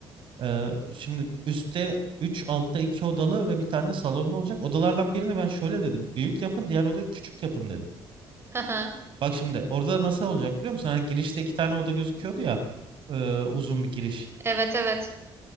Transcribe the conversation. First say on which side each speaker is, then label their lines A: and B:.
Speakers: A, on the right; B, on the right.
A: Ee, şimdi üstte 3, altta 2 odalı ve bir tane salonlu olacak. Odalardan birini ben şöyle dedim. Büyük yapın, diğer odayı küçük yapın dedim.
B: Hı hı.
A: Bak şimdi orada nasıl olacak biliyor musun? Hani girişte iki tane oda gözüküyordu ya. e, uzun bir giriş.
B: Evet evet.